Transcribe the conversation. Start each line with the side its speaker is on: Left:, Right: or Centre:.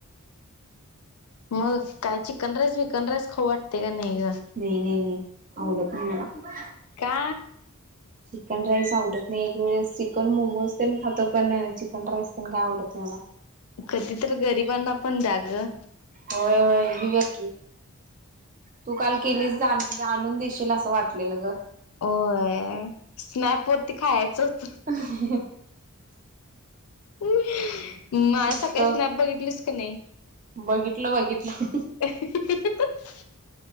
Left: मग काय चिकन रेस भिकन रेस खाऊ वाटते का नाही ग
Right: नाही नाही नाही आवडत नाही मला
Left: का
Right: चिकन राईस आवडत नाही एक वेळेस चिकन मोमोज त ह तो प चिकन राईस तना काय आवडत नाहीला
Left: कधी तर गरिबांना पण द्या ग
Right: होय होय देऊया की तू काल केलीस जा आणून देशील असं वाटलेलं ग
Left: होय स्नॅप वरती खायचं होतं
Right: ह
Left: माला
Right: नुसतं
Left: सकाळी स्नॅप बघितलीच का नाही
Right: बघितलं बघितलं
Left: अ